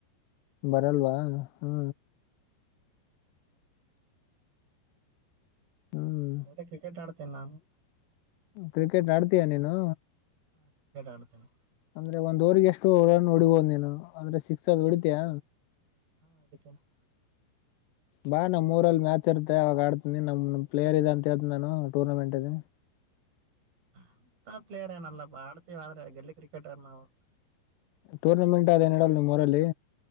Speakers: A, on the left; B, on the right.
A: ಬರಲ್ವಾ ಹ್ ಹ್ಮ್
B: ಆದ್ರೆ ಕ್ರಿಕೆಟ್ ಆಡ್ತೇನಿ ನಾನು
A: ಕ್ರಿಕೆಟ್ ಆಡ್ತೀಯಾ ನೀನು
B: ಹಾ ಕ್ರಿಕೆಟ್ ಆಡತೀನಿ
A: ಅಂದ್ರೆ ಒಂದ್ ಒರಿಗೆ ಎಷ್ಟು ರನ ಹೋಡಿಬಹುದು ನೀನು ಅಂದ್ರೆ ಸಿಕ್ಸ್ ಅದ್ ಹೊಡಿತಿಯಾ.
B: <unintelligible>
A: ಬಾ ನಮ್ಮೂರಲ್ಲಿ ಮ್ಯಾಚ್ ಇರುತ್ತೆ ಆವಾಗ ಆಡ್ತೀನಿ ನಮ್ ಪ್ಲೇರ್ ಇದೆ ಅಂತೇಹೇಳತನ ನಾನು ಟೂರ್ನಮೆಂಟ್ ಇದ
B: ಅಂತಾ ಪ್ಲೇಯರ್ ಏನಲ್ಲಾಪಾ ಬಾಡ್ತೀವ ಆದ್ರೆ ಗೆಲ್ಲಿ ಕ್ರಿಕೆಟರ್ ನಾವು
A: ಟೂರ್ನಮೆಂಟ್ ಅದ ಇಡಲ್ ನಿಮ್ಮು ರಲ್ಲಿ